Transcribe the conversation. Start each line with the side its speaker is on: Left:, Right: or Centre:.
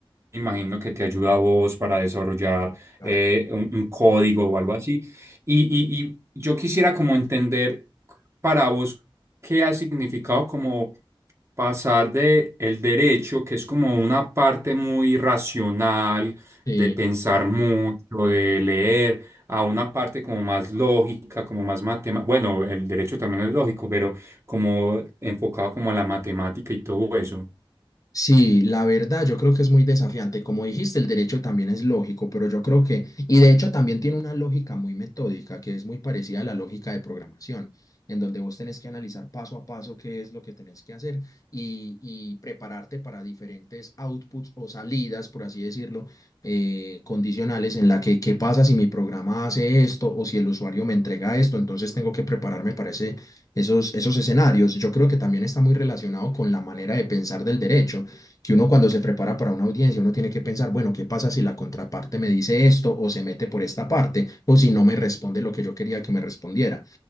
Right: imagino que te ayuda a vos para desarrollar
Left: Claro.
Right: eh, un un código o algo así. Y, y- y yo quisiera como entender para vos qué ha significado como pasar de el derecho, que es como una parte muy racional,
Left: Sí.
Right: de pensar mucho, de leer, a una parte como más lógica, como más matemática. Bueno, el derecho también es lógico, pero como enfocado como a la matemática y todo eso.
Left: Sí, la verdad, yo creo que es muy desafiante. Como dijiste, el derecho también es lógico, pero yo creo que, y de hecho también tiene una lógica muy metódica, que es muy parecida a la lógica de programación, en donde vos tenés que analizar paso a paso qué es lo que tenés que hacer y, y prepararte para diferentes outputs o salidas, por así decirlo, eh, condicionales en la que qué pasa si mi programa hace esto o si el usuario me entrega esto, entonces tengo que prepararme para ese- esos, esos escenarios. Yo creo que también está muy relacionado con la manera de pensar del derecho que uno cuando se prepara para una audiencia, uno tiene que pensar, bueno, ¿qué pasa si la contraparte me dice esto o se mete por esta parte o si no me responde lo que yo quería que me respondiera?